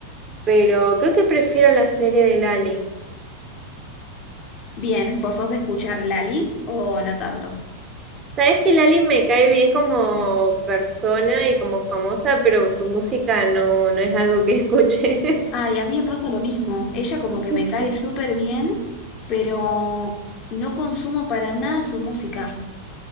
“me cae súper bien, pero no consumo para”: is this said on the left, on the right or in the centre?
Left